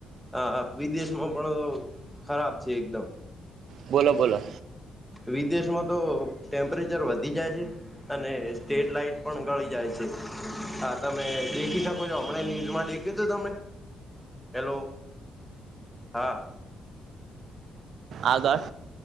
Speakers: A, in the centre; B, on the right.
A: હા હા વિદેશમાં પણ ખરાબ છે એકદમ.
B: બોલો બોલો.
A: વિદેશમાં તો ટેમ્પરેચર વધી જાય છે. અને સ્ટ્રીટ લાઈટ પણ ગળી જાય છે. હા તમે દે ખી શકો છો હમણાં ન્યૂઝમાં દેખ્યું તો તમે હેલો હા
B: આગળ